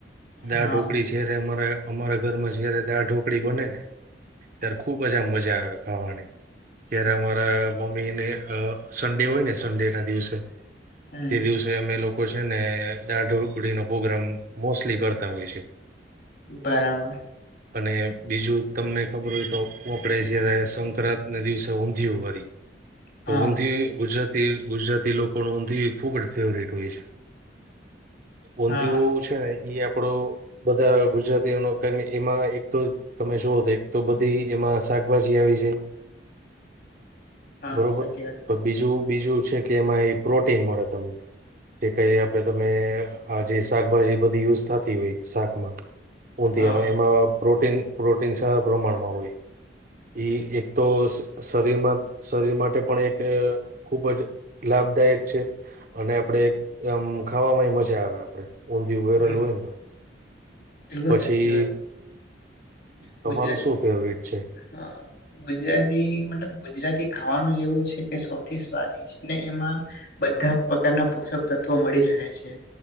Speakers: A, on the right (about 50°); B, on the left (about 55°).
A: દાળ
B: હા
A: ઢોકળી છે જયારે અમારા અમારા ઘરમાં જયારે દાળ ઢોકળી બને ને ત્યારે ખૂબજ આમ મજા આવે ખાવાની એ મારા મમ્મી ને અ સન્ડે હોય ને સન્ડે ના દિવસે
B: હમ
A: તે દિવસે અમે લોકો છે ને દાળ ઢોકળી નો પ્રગ્રામ મોસ્ટલી કરતા હોય છે
B: બરાબર
A: અને બીજું તમને ખબર હોય તો આપડે જયારે સંક્રાંત ના દિવસે ઊંધ ઉંધીયું કરી તો
B: હા
A: ઊંધિયુ ગુજરાતી ગુજરાતી લોકો નું ઊંધિય ખુબ જ ફેવરટ હોય છે ઊંધિયું
B: હા
A: છે ને એ આપડો બધા ગુજરાતીઓનો કારણ એમાં એક તો તમે જોવો તો એક તો બધી એમાં શાકભાજી આવી જાય
B: હા
A: બરોબર
B: સાચી વાત
A: પણ બીજું બીજું છે કે એમાં એ પ્રોટીન મળે તમને કે કઈ આપડે તમે આ જે શાકભાજી બધી યુઝ થતી હોય શાકમાં ઊંધિયામાં
B: હા
A: એમાં પ્રોટીન પ્રોટીન સારા પ્રમાણમાં હોય ઈ એક તો શરીરમાં શરીર માટે પણ એક ખૂબ જ લાભદાયક છે અને આપડે એક આમ ખાવામાંય મજા આવે આપડે ઊંધિયુ વેરેલું
B: હા
A: હોય ને તો
B: બિલકુલ
A: પછી
B: સાચી વાત
A: તમારું
B: ગુજરાતી
A: શું ફેવરિટ છે
B: હા ગુજરાતી મતલબ ગુજરાતી ખાવાનું જ એવું છે કે સૌથી સ્વાદિષ્ટ ને એમાં બધા પ્રકારના પોષક તત્વો મળી રહે છે